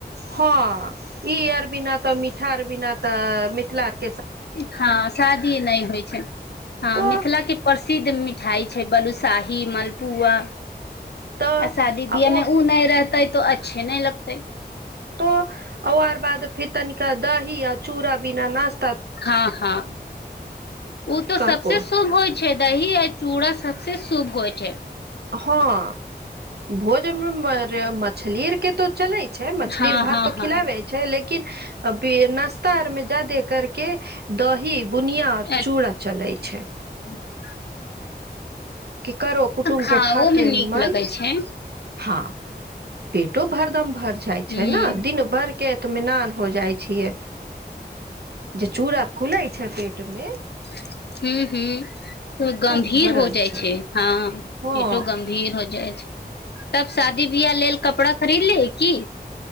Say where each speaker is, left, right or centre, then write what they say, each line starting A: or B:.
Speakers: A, on the right (about 70°); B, on the left (about 75°).
A: हँअ् ई आर बिना तऽ मीठा आर बिना तऽ मिथिलाक
B: हां शादी नई होइ छैइ हां
A: तऽ
B: मिथिला के परस सिद्ध मिठाई छैइ बलूसाही मलपुआ
A: तऽ
B: आ शादी
A: आ
B: बिआ
A: ओ
B: में उ नई रहतै त अच्छे नई लगतै
A: तो ओआर बाद फेर तनिका दही आ चूरा बिना नाश्ता
B: हां हां ओ तऽ
A: कहको
B: सबस शुभ होइ छैइ दही है चूड़ा सबसे शुभ होइ छैई
A: हँअ् भोजन में मर मछली आर के तो चलैत मछली
B: हँ
A: र भात
B: हँ
A: तो
B: हँ
A: खिलाबै छैइ लेकिन किन अभी नाश्ता आर मे जादे करके दही बुनिया और
B: अ-
A: चूड़ा चलैइ छैइ
B: <inaudible>
A: करो कुटुम्बके
B: खाओ
A: खाके
B: मे नीक
A: मन
B: लगै छै
A: हां पेटो भरदम भरि जाइ
B: हूँ
A: छैइ ना दिन भर एतमेनान हो जाइ छियै जे चूड़ा फूलै छैइ पेट में
B: <inaudible> हूंअ् हूंअ्
A: खूब
B: गंभीर
A: भरल
B: हो जाइ
A: छै
B: छैइ हां पेटो
A: हँ
B: गंभीर हो जाइ छैइ तब शादी बियाह लेल कपड़ा खरीद लेही की